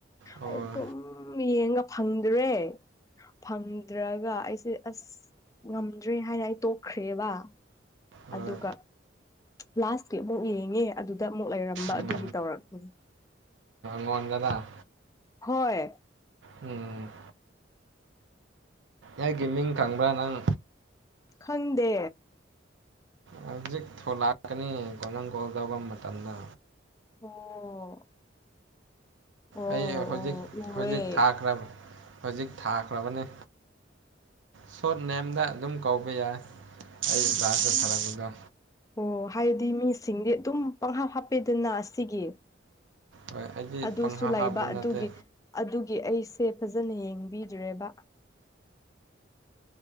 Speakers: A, on the right; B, on the left.
A: ꯑꯣ
B: ꯑꯩ ꯑꯗꯨꯝ ꯌꯦꯡꯉ ꯐꯪꯗ꯭ꯔꯦ ꯐꯪꯗ꯭ꯔꯒ ꯑꯩꯁꯦ ꯑꯁ ꯉꯝꯗ꯭ꯔꯦ ꯍꯥꯏꯅ ꯑꯩ ꯇꯣꯛꯈ꯭ꯔꯦꯕ
A: ꯍꯣꯏ
B: ꯑꯗꯨꯒ ꯂꯥꯁꯀꯤ ꯑꯃꯨꯛ ꯌꯦꯡꯉꯦ ꯑꯗꯨꯗ ꯑꯃꯨꯛ ꯂꯩꯔꯝꯕ
A: ꯎꯝ
B: ꯑꯗꯨꯒꯤ ꯇꯧꯔꯛꯅꯤ
A: ꯃꯣꯟꯒꯗ
B: ꯍꯣꯏ
A: ꯎꯝ ꯑꯩꯒꯤ ꯃꯤꯡ ꯈꯪꯕ꯭ꯔꯥ ꯅꯪ
B: ꯈꯪꯗꯦ
A: ꯍꯧꯖꯤꯛ ꯊꯣꯛ ꯂꯥꯛꯀꯅꯤꯀꯣ ꯅꯪ ꯀꯣꯜ ꯇꯧꯕ ꯃꯇꯝꯗ
B: ꯑꯣ ꯑꯣ ꯑꯣ
A: ꯑꯩ ꯍꯧꯖꯤꯛ
B: ꯎꯔꯦ
A: ꯍꯧꯖꯤꯛ ꯊꯥꯈ꯭ꯔꯕ ꯍꯧꯖꯤꯛ ꯊꯥꯈ꯭ꯔꯕꯅꯦ ꯁꯣꯔꯠ ꯅꯦꯝꯗ ꯑꯗꯨꯝ ꯀꯧꯕ ꯕ ꯌꯥꯏ ꯑꯩ ꯂꯥꯁꯇ ꯁꯔꯒꯂ
B: ꯑꯣ ꯍꯥꯏꯗꯤ ꯃꯤꯁꯤꯡꯗꯤ ꯑꯗꯨꯝ ꯄꯪꯍꯥꯞ ꯍꯥꯞꯄꯦꯗꯅ ꯑꯁꯤꯒꯤ
A: ꯍꯣꯏ ꯑꯩꯗꯤ
B: ꯑꯗꯨꯁꯨ
A: ꯄꯪꯍꯥ
B: ꯂꯩꯕ
A: ꯍꯥꯞꯄ ꯅꯠꯇꯦ
B: ꯑꯗꯨꯒꯤ ꯑꯗꯨꯒꯤ ꯑꯩꯁꯦ ꯐꯖꯅ ꯌꯦꯡꯕꯤꯗ꯭ꯔꯦꯕ